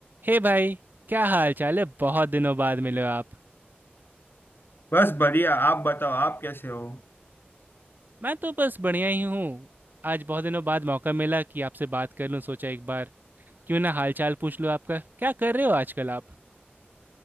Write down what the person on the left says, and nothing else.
बस बढ़िया आप बताओ आप कैसे हो